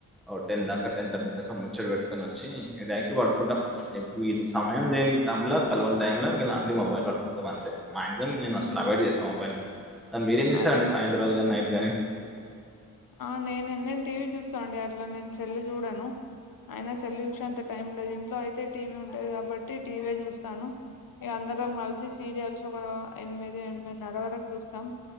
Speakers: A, in the centre; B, on the left.
A: ఓ టెన్ దాకా టెన్ థర్టీ దాకా ముచ్చడి పెట్టుకొనీ వచ్చి డైరెక్ట్గా పడుకుంటాం వీళ్ళు సమయం లేని టైంలో కలవని టైంలో ఇలాంటి మొబైల్ పట్టుకుంటాం అంతే మాక్సిమం నేను అసలు
B: ఉమ్
A: అవైడ్ చేస్తాము మొబైల్ ని ఆ మీరేం చేస్తారండి
B: అదే మా
A: సాయంత్రాలు కానీ నైట్ కానీ
B: ఆ నేను నేను టీవీ చూస్తాను అండి అట్లా నేను సెల్ చూడను అయిన సెల్ చూసే అంత టైం ఉండది ఇంట్లో అయితే టీవీ ఉంటది కాబట్టి టీవీయే చూస్తాను ఇగ అందరం కలిసి సీరియల్స్ కూడా ఎనిమిది ఎనిమిదిన్నర వరకు చూస్తాం